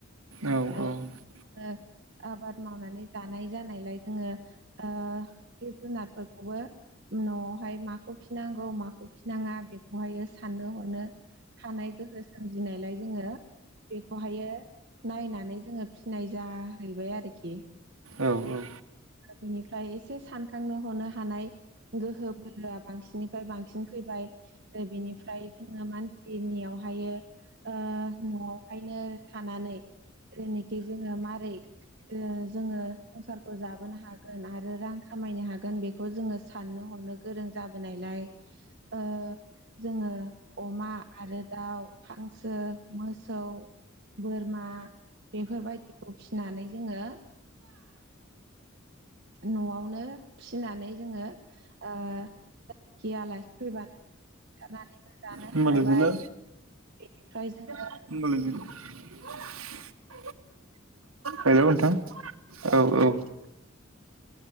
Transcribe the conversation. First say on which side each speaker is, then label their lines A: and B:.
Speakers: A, on the right; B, on the right.
A: औ औ
B: ओ ओ आबाद मावनानै जानाय जानायलाय जोंङो ओ जिब जुनारफोर खोबो न'आवहाय माखौ फिनांगौ माखौ फिनाङा बेखौहायो साननो हनो हानाय गोहो सोमजिनायलाय जोंङो बेखौहायो नायनानै जोऔङो फिनाय जाहैबाय आरोखि
A: औ-औ
B: बिनिफ्राय एसे सानखांनो हनो थानाय गोहो बोलोआ बांसिननिफ्राय बांसिन फैबाय बिनिफ्राय जोंङो मानसि बेनियावहाय ओ न'आवहायनो थानानै जेनोखि जोंङो मारै ओ जोङो संसारखौ जाबोनो हागोन आरो रां खामायनो हागोन बेखौ बेखौ जोंङो साननो हरनो गोरों जाबोनायलाय ओ जोंङो अमा आरो दाउ हांसो मोसौ बोरमा बेफोरबायदिखौ फिनानै जोंङो न'आवनो फिनानै जोंङो ओ गिया आलासि फैबानोरनानैबो बुथारनानैबो जानो
A: होमबालाय
B: हाबाय
A: गैला
B: बेनिफ्राय जोंङो
A: <inaudible> हेलौ नोंथां
B: औ
A: औ-औ
B: खोनादों